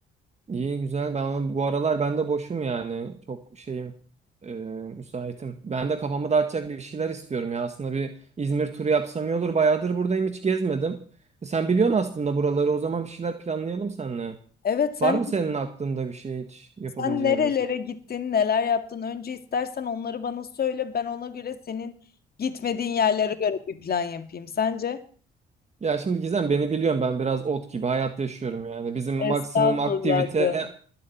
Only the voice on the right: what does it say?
iyi güzel. Ben bu aralar ben de boşum yani. Çok şeyim e, müsaitim. Ben de kafamı dağıtacak bir şeyler istiyorum ya. Aslında bir İzmir turu yapsam iyi olur. Bayağıdır buradayım hiç gezmedim. E, Sen biliyorsun aslında buraları. O zaman bir şeyler planlayalım seninle.
Var mı senin aklında bir şey hiç yapabileceğimiz?
Ya şimdi Gizem beni biliyorsun ben biraz ot gibi hayat yaşıyorum yani. Bizim maksimum
aktivite